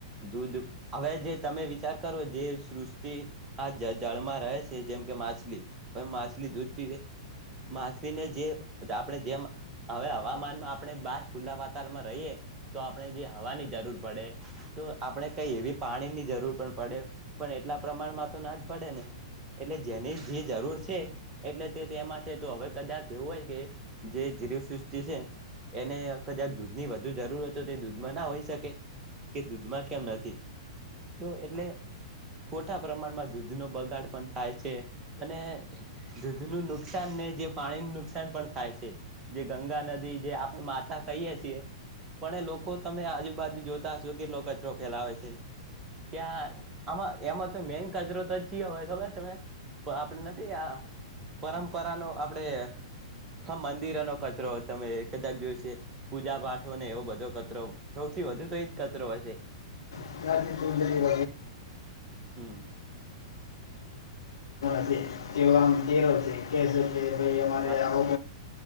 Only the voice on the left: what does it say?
<unintelligible> જે પણ
હશે તે આમ કેવ છે, કે ભાઈ અમારે
આવું